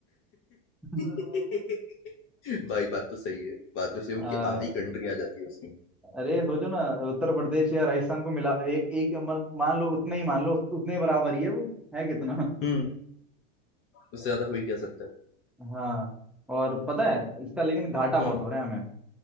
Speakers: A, in the centre; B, on the left.
A: है
B: <laughs> भाई बात तो सही है बात तो सही है,
A: <laughs>
B: उनकी
A: आ,
B: आधी कंट्री आ जाती है उसमें
A: अरे सोचो ना उत्तर प्रदेश या राजस्थान को मिला एक एक म- मान लो उतने ही मान लो उतने ही बराबर ही है वो है कितना
B: हम्म उससे ज्यादा हो ही क्या सकता है
A: हाँ और पता है इसका लेकिन घाटा
B: हम्म।
A: बहुत हो रहा है हमें